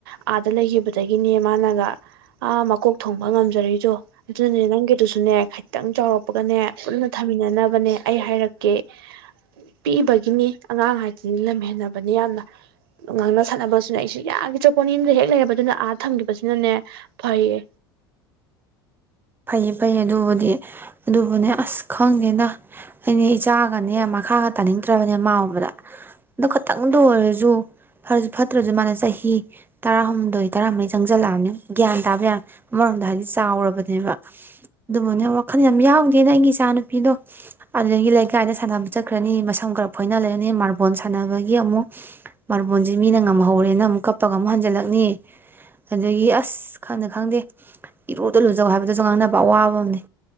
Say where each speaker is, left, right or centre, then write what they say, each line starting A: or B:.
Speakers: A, on the right; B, on the right.
A: ꯑꯥꯗ ꯂꯩꯈꯤꯕꯗꯒꯤꯅꯦ ꯃꯥꯅꯒ ꯑꯥ ꯃꯀꯣꯛ ꯊꯣꯡꯕ ꯉꯝꯖꯔꯤꯗꯣ ꯑꯗꯨꯅꯅꯦ ꯅꯪꯒꯤꯗꯨꯁꯨꯅꯦ ꯈꯤꯇꯪ ꯆꯥꯎꯔꯛꯄꯒꯅꯦ ꯄꯨꯟꯅ ꯊꯝꯃꯤꯟꯅꯅꯕꯅꯦ ꯑꯩ ꯍꯥꯏꯔꯛꯀꯦ꯫ ꯄꯤꯛꯕꯒꯤꯅꯤ ꯑꯉꯥꯡ ꯍꯥꯏꯁꯤꯅꯤ ꯂꯝꯍꯦꯟꯅꯕꯅꯤ ꯌꯥꯝꯅ ꯉꯥꯡꯅ ꯁꯥꯟꯅꯕꯁꯨꯅꯦ ꯑꯩꯁꯨ ꯌꯥꯈꯤꯗ꯭ꯔꯄꯣꯅꯤꯗ ꯍꯦꯛ ꯂꯩꯔꯕꯗꯨꯅ ꯑꯥ ꯊꯝꯈꯤꯕꯁꯤꯅꯅꯦ ꯐꯩꯌꯦ꯫
B: ꯐꯩꯌꯦ- ꯐꯩꯌꯦ ꯑꯗꯨꯕꯨꯗꯤ ꯑꯗꯨꯕꯨꯅꯦ ꯑꯁ ꯈꯪꯗꯦꯅ ꯑꯩꯅꯦ ꯏꯆꯥꯒꯅꯦ ꯃꯈꯥꯒ ꯇꯥꯅꯤꯡꯗ꯭ꯔꯕꯅꯦ ꯃꯥ ꯎꯕꯗ ꯑꯗꯣ ꯈꯇꯪꯗ ꯑꯣꯏꯔꯖꯨ ꯐꯔꯥꯖꯨ - ꯐꯠꯇ꯭ꯔꯖꯨ ꯃꯥꯖꯦ ꯆꯍꯤ ꯇꯔꯥꯍꯨꯝꯗꯣꯏ - ꯇꯔꯥꯃꯔꯤ ꯆꯪꯖꯜꯂꯛꯅꯤ ꯒ꯭ꯌꯥꯟ ꯇꯥꯕ ꯌꯥ ꯑꯃꯔꯣꯝꯗ ꯍꯥꯏꯗꯤ ꯆꯥꯎꯔꯕꯅꯦꯕ꯫ ꯑꯗꯨꯕꯨꯅꯦ ꯋꯥꯈꯜ ꯌꯥꯝ ꯌꯥꯎꯗꯦꯅ ꯑꯩꯒꯤ ꯏꯆꯥ ꯅꯨꯨꯄꯤꯗꯣ꯫ ꯑꯗꯨꯗꯒꯤ ꯂꯩꯀꯥꯏꯗ ꯁꯥꯟꯅꯕ ꯆꯠꯈ꯭ꯔꯅꯤ ꯃꯁꯝ ꯈꯔ ꯐꯣꯏꯅ ꯂꯩꯔꯅꯤ ꯃꯥꯔꯕꯣꯜ ꯁꯥꯟꯅꯕꯒꯤ ꯑꯃꯨꯛ ꯃꯥꯔꯕꯣꯜꯁꯦ ꯃꯤꯅ ꯉꯝꯍꯧꯔꯦꯅ ꯑꯃꯨꯛ ꯀꯞꯄꯒ ꯑꯃꯨꯛ ꯍꯟꯖꯤꯜꯂꯛꯅꯤ ꯑꯗꯨꯗꯒꯤ ꯑꯁ ꯈꯪꯅ ꯈꯪꯗꯦ ꯏꯔꯨꯗ ꯂꯨꯖꯧ ꯍꯥꯏꯕ ꯑꯗꯨꯁꯨ ꯉꯥꯡꯅꯕ ꯑꯋꯥꯕ ꯑꯃꯅꯤ